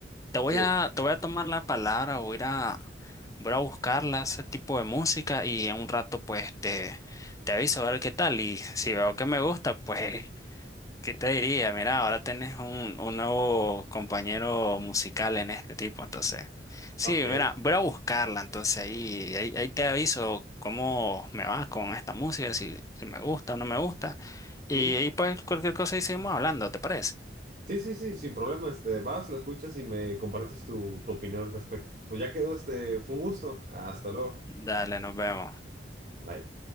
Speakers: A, on the left (about 20°); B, on the right (about 45°).
A: te voy
B: Sí.
A: a, te voy a tomar la palabra, voy a, ir a- voy a buscarla, ese tipo de música y en un rato pues te, te aviso a ver qué tal y si veo que me gusta, pues ¿Qué te diría? Mira, ahora tenés un, un nuevo compañero musical en este tipo, entonces. Sí,
B: Ok.
A: mira, voy a buscarla, entonces ahí, ahí, ahí te aviso cómo me va con esta música, si, si me gusta o no me gusta. Y
B: ¿Sí?
A: ahí pues cualquier cosa ahí seguimos hablando, ¿te parece?
B: Sí, sí, sí, sin problema, este, vas, la escuchas y me compartes tu, tu opinión al respecto. Pues ya quedó, este, fue un gusto. Hasta luego.
A: Dale, nos vemos.
B: Bye.